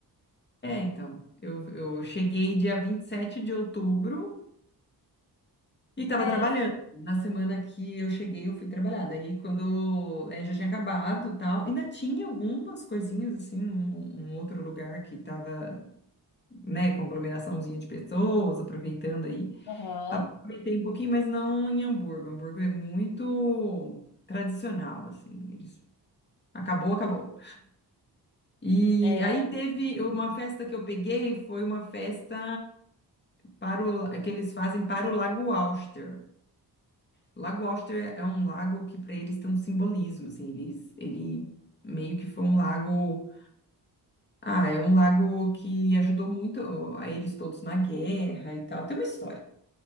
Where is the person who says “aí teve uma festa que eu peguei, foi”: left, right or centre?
Left